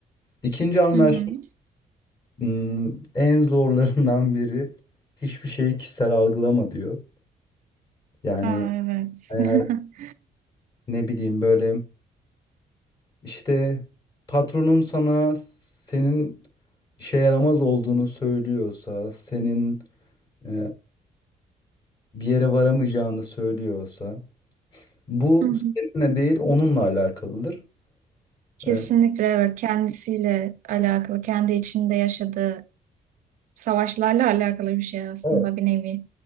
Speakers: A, on the left; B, on the right.
A: İkinci anlaşma
B: Hı hı.
A: hmm, en zorlarından biri hiçbir şeyi kişisel algılama diyor. Yani
B: Aa, evet.
A: eğer
B: <laughs>
A: ne bileyim böyle İşte patronun sana senin işe yaramaz olduğunu söylüyorsa, senin e, bir yere varamayacağını söylüyorsa, bu
B: Hı hı.
A: seninle değil onunla alakalıdır.
B: Kesinlikle
A: E,
B: evet kendisiyle alakalı, kendi içinde yaşadığı savaşlarla alakalı bir şey aslında
A: evet,
B: bir nevi.